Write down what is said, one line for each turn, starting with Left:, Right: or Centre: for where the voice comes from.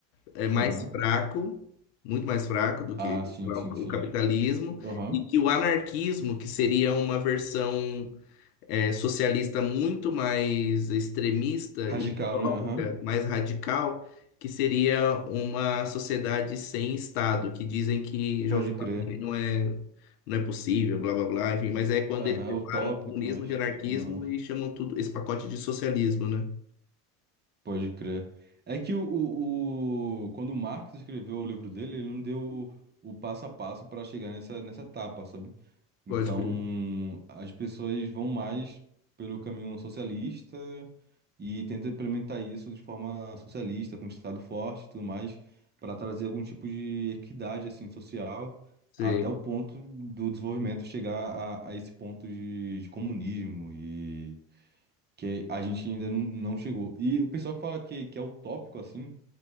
Left: é, mais
Right: Aham.
Left: fraco, muito mais fraco do que
Right: Ah, sim,
Left: sei lá,
Right: sim,
Left: o,
Right: sim.
Left: o capitalismo,
Right: Aham.
Left: e que o anarquismo, que seria uma versão é, socialista muito mais extremista
Right: Radical,
Left: e utópica,
Right: né? Aham.
Left: mais radical, que seria uma sociedade sem Estado, que dizem que,
Right: Pode
Left: já ouvi falar,
Right: crer.
Left: que não é, não é possível, blá blá blá, enfim, mas é quando
Right: Aham,
Left: eles separam
Right: é utópico
Left: comunismo
Right: e tudo mais.
Left: de anarquismo
Right: Aham.
Left: e chamam tudo esse pacote de socialismo, né?
Right: Pode crer. É que o, o, o- quando o Marx escreveu o livro dele, ele não deu o, o passo a passo para chegar nessa, nessa etapa, sabe? Então,
Left: Pode crer.
Right: as pessoas vão mais pelo caminho socialista e tentam implementar isso de forma socialista, com Estado forte e tudo mais, para trazer algum tipo de equidade assim social,
Left: Sei.
Right: até o ponto do desenvolvimento chegar a, a esse ponto de, de comunismo e que a gente ainda não não chegou. E o pessoal que fala que, que é utópico assim,